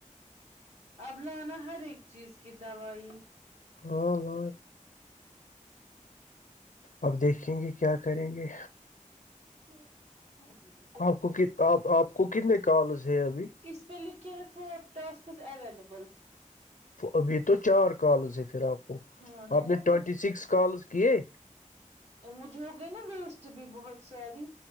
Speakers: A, on the right (about 50°); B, on the left (about 80°).
A: اب لانا ہر ایک چیز کی دوائی
B: ہاں لاں اب دیکھیں گے کیا کریں گے
A: ٹھ <unintelligible> جی ج <unintelligible>
B: آپ کو آپ آپ کو کتنے کالز ہے ابھی
A: اس پ لیے کی فور ٹسکس اویلیبل
B: ابھی تو چار کالز ہے پھر آپ کو
A: ہاں ہے
B: آپ
A: نا
B: نے ٹوینٹی
A: کچھ
B: سکس کالز کیے
A: مجھے ہو گئی نا ویسٹ بھی بہت ساری